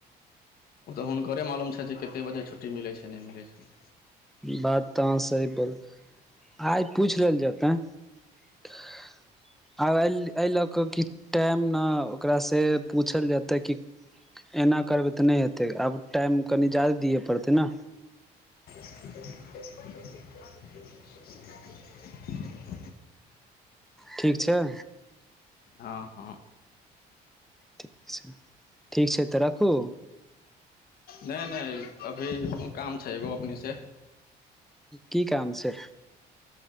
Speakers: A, on the left (about 65°); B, in the centre.
A: ओ तऽ हुनकरे मालूम छैय जे कतेक बजे छुट्टी मिलैत छै नहि मिलै छैय।
B: बात तऽ अहाँ सही बोल आइ पूछि लेल जेतै। <unintelligible> आब एहि एहि लऽ कऽ कि टाइम नऽ ओकरासँ पूछल जेतै कि एना करबै तऽ नहि हेतै आब टाइम कनि ज्यदे दिए पड़तै नऽ।
A: <unintelligible>
B: ठीक छैय
A: हँ हँ
B: ठीक छैय ठीक छैय तऽ राखू।
A: नहि नहि अभी काम छैय एगो अपने से।
B: की काम छैय।